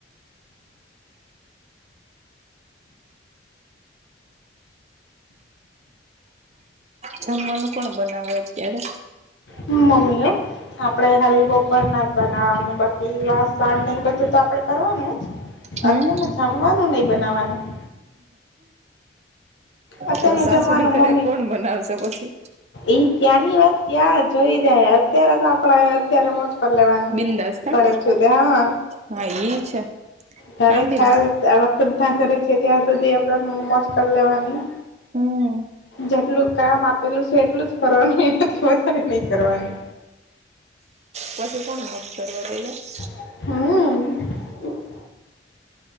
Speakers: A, on the right; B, on the left.
A: જમવાનું કો બનાવે અત્યારે
B: હ મ્મી આપડણે હવે બપર ના જ બનાવાનું બાકી વાસણ ને એ બધું તો આપડે કરવાનું જ
A: હમ
B: આતેમાં જમવાનું નહિ બનાવવાનું અત્યારનું
A: તો સાસુ
B: જમવાનું
A: ની કરે
B: મમ્મી
A: કોણ બનાવશે પછી
B: ઈ ત્યાંની વાત ત્યાં જોઈ જાય અત્યારે તો આપણા અત્યારે લેવાની
A: બિંદાસ કા
B: કરે છું તે હા
A: હા એ છે.
B: ઘરે
A: આમ બી
B: છ આપ ખુદના ઘરે છે ત્યાં સુધી આપણે મોશક લેવાની
A: હમ
B: જેટલું કામ આપેલું છે એટલું જ કરવાનું એનાથી વધારે નહી કરવાનું.
A: પછી કોણ મોજ કરવા દઈ છે.
B: હા